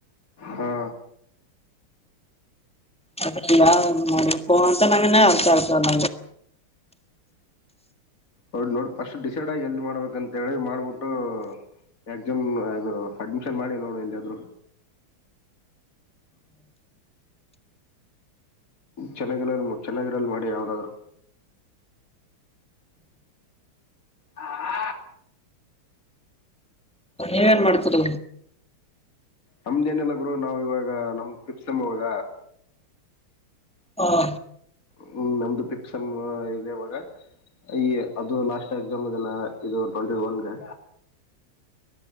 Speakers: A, on the left; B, in the centre.
A: ಹಾ
B: ಹ ನಾ ನಕನ್ ಅರ್ತ ಆತ ನ
A: ನೋಡ್ ನೋಡು ಫಸ್ಟ್ ಡಿಸೈಡ್ ಆಗಿ ಎಲ್ಲಿ ಮಾಡ್ಬೇಕಂತ ಹೇಳಿ ಮಾಡ್ಬಿಟ್ಟು ಎಕ್ಸಾಮ್ದು ಅಡ್ಮಿಶನ್ ಮಾಡಿ ನೋಡು ಎಲಾದ್ರು ಚೆನ್ನಾಗಿರ ಚೆನ್ನಾಗಿರ ಮಾಡಿ ಯಾವ್ದಾದ್ರು ಹ ಹಾ
B: ನೀವ ನ್ ಮಾಡ್ತಾರ
A: ನಮ್ದೇನೆಲ್ಲ ಗುರು ನಾವ್ ಇವಾಗ ನಮ್ ಟ್ರಿಪ್ಸಮ ಹಾಗ
B: ಹಾ
A: ಹ್ಮ್ ನಮ್ದು ಟಿಪ್ಸ್ ಇದೆ ಇವಾಗ ಈ ಅದು ಲಾಸ್ಟ್ ಎಕ್ಸಾಮ್ ಇದ ಇದು ಟ್ಂಟಿ ಒನ್ಗೆ